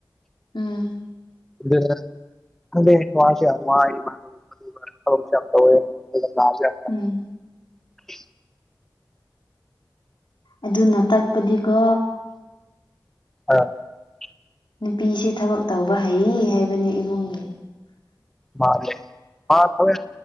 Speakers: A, on the left; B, in the centre.
A: ꯑꯝ
B: ꯑꯗꯨ ꯑꯗꯦ ꯋꯥ ꯋꯥ <inaudible> <inaudible>
A: ꯎꯝ
B: <inaudible>
A: ꯑꯗꯨꯅ ꯇꯛꯄꯗꯤꯀꯣ
B: ꯑ <inaudible>
A: ꯅꯨꯄꯤꯁꯤ ꯊꯕꯛ ꯇꯧꯕ ꯍꯩ ꯍꯥꯏꯕꯅꯤ ꯏꯃꯨꯡꯒꯤ
B: ꯃꯥ ꯂꯩ ꯃꯥ ꯊꯋ